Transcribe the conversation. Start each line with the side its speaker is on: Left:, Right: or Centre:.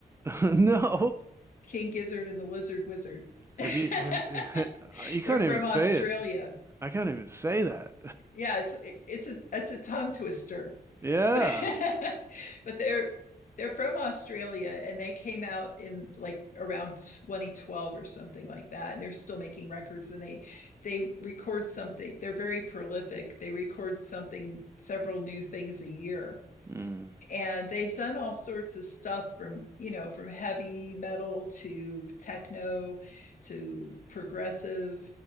Right: <laughs> No.
Left: King Gizzard and the Lizard Wizard. <laughs>
Right: Have you have <laughs> you can't
Left: They're
Right: even
Left: from
Right: say
Left: Australia.
Right: it. I can't even say that.
Left: Yeah, it's it's a it's a tongue twister.
Right: <laughs> yeah.
Left: <laughs> but they're they're from Australia and they came out in like around 2012 or something like that and they're still making records and they they record something they're very prolific they record something several new things a year
Right: Mm,
Left: and they've done all sorts of stuff from you know from heavy metal to techno to progressive